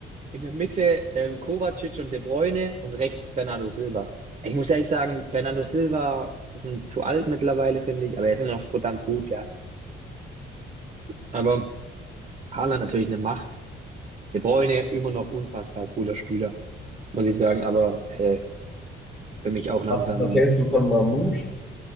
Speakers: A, on the right; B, in the centre.
A: in der Mitte ähm, Kovacic und De Bruyne und rechts Bernardo Silva. Ich muss ehrlich sagen, Bernardo Silva sind zu alt mittlerweile, finde ich, aber er ist immer noch verdammt gut, ja. Aber Haaland natürlich eine Macht. De Bruyne immer noch unfassbar cooler Spieler, muss ich sagen, aber äh, für mich auch
B: Was,
A: langsam
B: was hältst du von Mamouche?